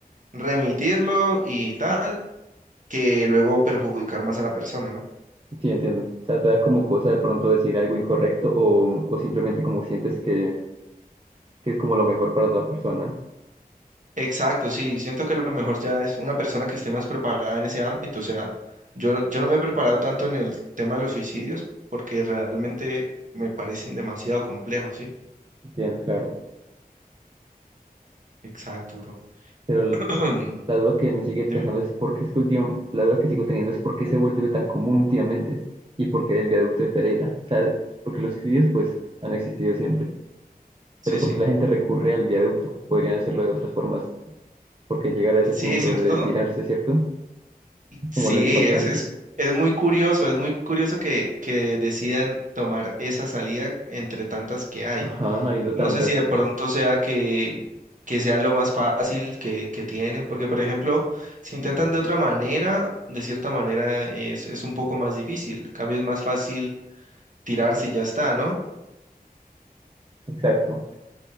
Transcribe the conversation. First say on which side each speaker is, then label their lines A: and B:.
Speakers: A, on the right; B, on the right.
A: remitirlo y tal que luego perjudicar más a la persona, ¿no?
B: Sí, entiendo. O sea, te da como cosa de pronto decir algo incorrecto o, o simplemente como sientes que, que es como lo mejor para otra persona.
A: Exacto, sí, siento que lo mejor ya es una persona que esté más preparada en ese ámbito, o sea, yo, no- yo no me he preparado tanto en el tema de los suicidios porque realmente me parecen demasiado complejos, ¿sí?
B: Entiendo, claro.
A: Exacto, bro.
B: Pero la
A: <clears throat>
B: la duda que me sigue pensando
A: Dime.
B: es por qué es que último, la duda que sigo teniendo es por qué se vuelve tan común últimamente y por qué el viaducto de Pereira. O sea, porque los suicidios pues han existido siempre
A: Sí,
B: Pero
A: sí.
B: ¿por qué la gente recurre al viaducto? Podrían hacerlo de otras formas. Porque llegar a ese
A: Sí,
B: punto
A: es ¿cierto?
B: de tirarse, ¿cierto?
A: Y
B: Es
A: Sí,
B: como lo impactante.
A: es, es, es muy curioso, es muy curioso que, que decidan tomar esa salida entre tantas que hay.
B: Ajá, habiendo tantas.
A: No sé si de pronto sea que, que sea lo más fácil que, que tienen, porque por ejemplo, si intentan de otra manera, de cierta manera es, es un poco más difícil. En cambio es más fácil tirarse y ya está, ¿no?
B: Exacto.